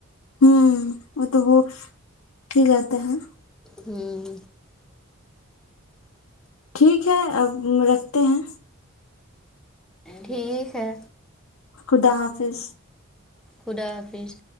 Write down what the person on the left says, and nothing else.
ہوں وہ تو وہ کی جاتا ہیں
ٹھیک ہے اب رکھتے ہیں
خدا حافظ